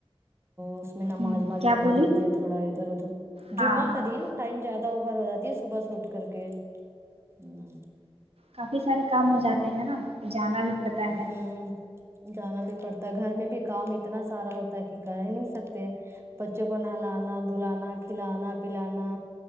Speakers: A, on the right; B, on the right.
A: اس میں نماز
B: ہ
A: وماز
B: کیا
A: پڑھنی
B: بولی
A: رہتی ہے تھوڑا ادھر ادھر
B: ہاں
A: جمعہ
B: ہاں
A: کا دن ٹائم زیادہ اوبھر ہو جاتی ہے صبح سے اٹھ کر کے ہ
B: کافی سارے کام ہو جاتے ہیں نا پھر جانا بھی پڑتا
A: ہ
B: ہے
A: جانا بھی پڑتا ہے گھر میں بھی کام اتنا سارا ہوتا ہے کہ کر ہی نہیں سکتے بچے کو نہلانا دلانا کھلانا پلانا